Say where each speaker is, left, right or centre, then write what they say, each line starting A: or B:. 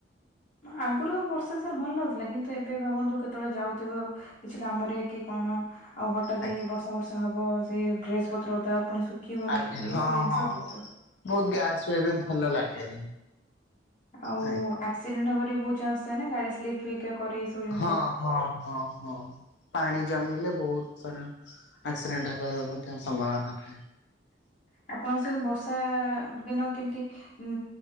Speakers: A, on the left; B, on the left.
A: ଆଗୁରୁ ବର୍ଷା ସାର୍ ଭଲ ଲାଗୁଥିଲା, କିନ୍ତୁ ଏବେ ଭାବନ୍ତୁ କେତେବେଳେ ଯାଉଥିବ କିଛି କାମରେ କି କଣ, ଆଉ ହଠାତ୍
B: ଆଜ୍ଞା
A: ଏଇ ବର୍ଷା ବର୍ଷା ହବ ସେ ଡ୍ରେସପତ୍ର ଓଦା ହବ, ପୁଣି ଶୁ ଖିବନି
B: ଆଜ୍ଞା
A: ଏଇ
B: ହଁ
A: ସବୁ ଜିନିଷ
B: ହଁ
A: ବହୁତ
B: ବହୁତ ଗ୍ୟାସ ଏବେ ଭଲ ଲାଗେନି।
A: ଆଉ
B: ଆଜ୍ଞା
A: ଆକ୍ସିଡେଣ୍ଟ ହବାର ବି ବହୁତ ଚାନ୍ସ ଥାଏ ନା, ଗାଡି ସ୍ଲିପ ଫ୍ଲିପ୍ ହେରିକା କରେ ଏଇ ସବୁ ଜିନିଷ।
B: ହଁ ହଁ ହଁ ହଁ ପାଣି ଜମିଲେ ବହୁତ ସାଡା ଆକ୍ସିଡେଣ୍ଟ ହେବାର ମଧ୍ୟ ସମ୍ଭାବନା ଥାଏ।
A: ଆପଣଙ୍କୁ ସାର୍ ବର୍ଷା ଦିନ କେମିତି ଉଁ